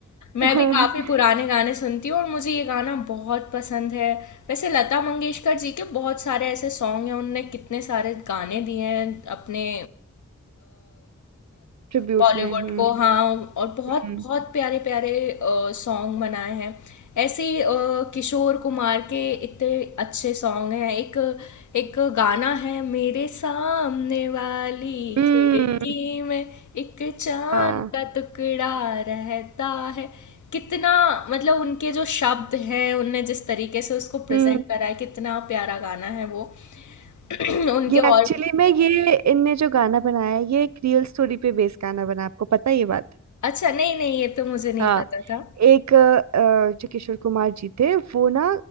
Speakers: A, on the right (about 65°); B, on the left (about 80°).
A: <laughs>
B: मैं भी काफ़ी पुराने गाने सुनती हूँ और मुझे ये गाना बहुत पसंद है वैसे लता मंगेशकर जी के बहुत सारे ऐसे सॉन्ग हैं उनने कितने सारे गाने दिए हैं अपने
A: ट्रिब्यूट
B: बॉलीवुड
A: में हम्म
B: को हाँ और बहुत
A: हम्म
B: बहुत प्यारे प्यारे सॉन्ग बनाए हैं ऐसे ही, अ, किशोर कुमार के इतने अच्छे सॉन्ग हैं एक एक गाना है मेरे सामने वाली
A: हम्म,
B: खिड़की में एक चांद
A: हाँ
B: का टुकड़ा रहता है कितना मतलब उनके जो शब्द हैं उनने जिस तरीके से उसको प्रेजेंट
A: हम्म
B: करा है कितना प्यारा गाना है वो <clears throat> उनके
A: ये
B: और
A: एक्चुअली में ये इनने जो गाना बनाया है ये एक रियल स्टोरी पे बेस्ड गाना बना आपको पता है ये बात
B: अच्छा नहीं नहीं ये तो मुझे नहीं
A: हाँ
B: पता था
A: एक अ, अ, जो किशोर कुमार जी थे वो ना